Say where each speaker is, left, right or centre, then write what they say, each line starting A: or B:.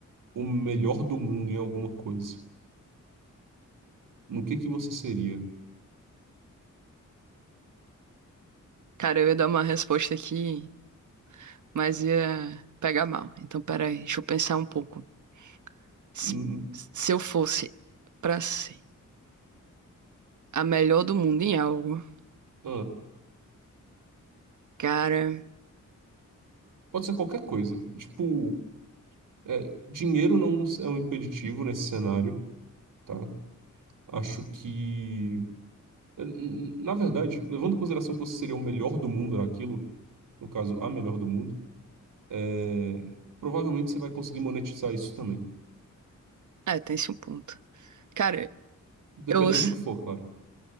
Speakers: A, on the right; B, on the right.
A: o melhor do mundo em alguma coisa, no que que você seria?
B: Cara, eu ia dar uma resposta aqui, mas ia pegar mal. Então, peraí, deixa eu pensar um pouco. Se,
A: Hum,
B: se eu fosse pra ser a melhor do mundo em algo,
A: ah,
B: cara.
A: pode ser qualquer coisa. Tipo, é, dinheiro não é um impeditivo nesse cenário, tá? Acho que... é, n- Na verdade, levando em consideração que você seria o melhor do mundo naquilo, no caso, a melhor do mundo, é, provavelmente você vai conseguir monetizar isso também.
B: É, tem-se um ponto. Cara,
A: Dependendo
B: eu s-
A: do que for, claro.